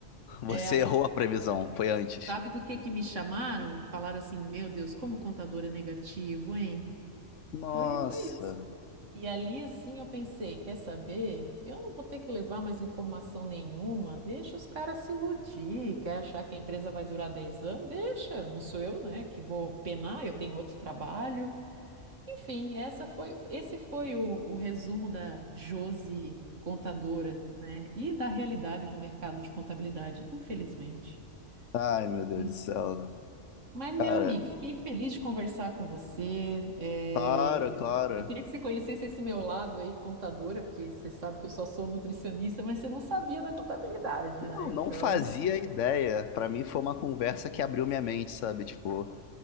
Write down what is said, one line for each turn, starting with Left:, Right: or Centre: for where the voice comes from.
Left: Você
Right: É.
Left: errou a previsão, foi antes.
Right: Sabe do que que me chamaram? Falaram assim: Meu Deus, como o contador é negativo, hein?
Left: Nossa.
Right: Foi, foi isso. E ali, assim, eu pensei: Quer saber? Eu não vou ter que levar mais informação nenhuma. Deixa os caras se iludir. Quer achar que a empresa vai durar 10 anos? Deixa. Não sou eu, né, que vou penar. Eu tenho outro trabalho. Enfim, essa foi, esse foi o, o resumo da Josi contadora, né? E da realidade do mercado de contabilidade, infelizmente.
Left: Ai, meu Deus
Right: Mas,
Left: do céu.
Right: mas, meu
Left: Cara,
Right: amigo, fiquei feliz de conversar com você. É,
Left: claro, claro.
Right: eu, eu queria que você conhecesse esse meu lado aí, contadora, porque você sabe que eu só sou nutricionista, mas você não sabia da contabilidade,
Left: Não,
Right: né?
Left: não
Right: Então,
Left: fazia ideia. Pra mim foi uma conversa que abriu minha mente, sabe? Tipo,